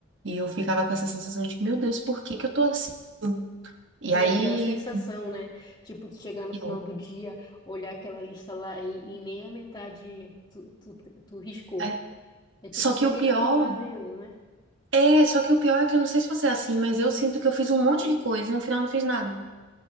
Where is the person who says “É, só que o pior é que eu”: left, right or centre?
Right